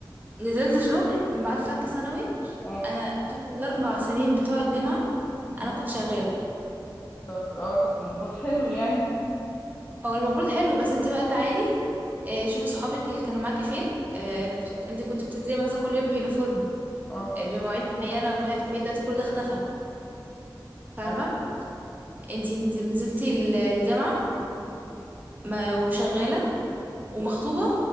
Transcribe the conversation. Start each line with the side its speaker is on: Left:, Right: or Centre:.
Right: نزلت شغل من بعد ثالثه ثانوي
Left: اه
Right: انا طول الاربع سنين بتوع الجامعه
Left: مم.
Right: انا كنت شغاله
Left: طب اه طب المفروض حلو يعني
Right: او المفروض حلو بس انت بقى تعالي آه، شوفي صحابك اللي كانوا معاكي فين آه، فت- انت كنت بتنزلي مثلا كل يوم بيونيفورم
Left: اه
Right: آه، بمواعيد معينه ومش عارف ايه دلوقتي كل ده اختفى فاهمه
Left: أيوة.
Right: انت نزلتي ال- الجامعه ما وشغاله ومخطوبة